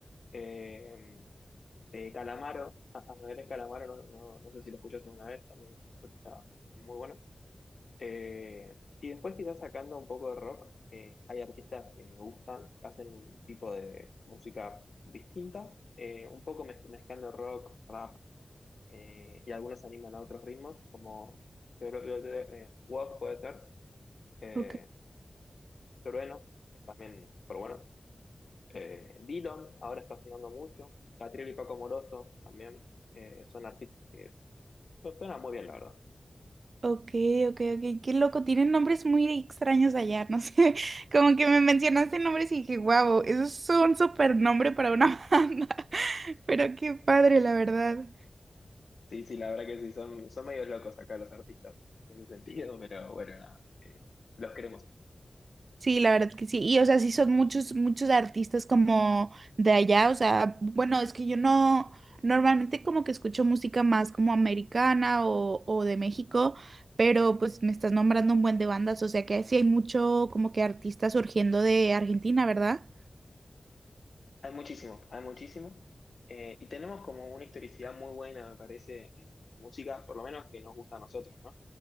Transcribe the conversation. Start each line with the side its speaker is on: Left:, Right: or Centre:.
Left: Eh, eh, Calamaro, a- Andrés Calamaro, no, no, no sé si lo escuchaste una vez, también está muy bueno. Eh, y después quizás sacando un poco de rock, eh, hay artistas que me gustan, que hacen un tipo de música distinta, eh, un poco mez- mezclando rock, rap, eh, y algunos animan a otros ritmos, como pero- eh, Walk puede ser, eh,
Right: Ok,
Left: Trueno, es también, pero bueno, eh, Dylan, ahora está sonando mucho, Catriel y Paco Moroso también, eh, son artistas que pues, suenan muy bien, la verdad.
Right: ok, ok, ok, qué loco. Tienen nombres muy extraños allá, no sé. <laughs> Como que me mencionaste nombres y dije, wow, eso es un super nombre para una <laughs> banda. Pero qué padre, la verdad.
Left: Sí, sí, la verdad que sí, son, son medio locos acá los artistas en ese sentido, <laughs> pero bueno, nada, eh, los queremos.
Right: Sí, la verdad que sí. Y o sea, sí son muchos, muchos artistas como de allá. O sea, bueno, es que yo no, normalmente como que escucho música más como americana o, o de México, pero pues me estás nombrando un buen de bandas. O sea que sí hay mucho como que artistas surgiendo de Argentina, ¿verdad?
Left: Hay muchísimo, hay muchísimo. eh, y tenemos como una historicidad muy buena, me parece, en música, por lo menos que nos gusta a nosotros, ¿no?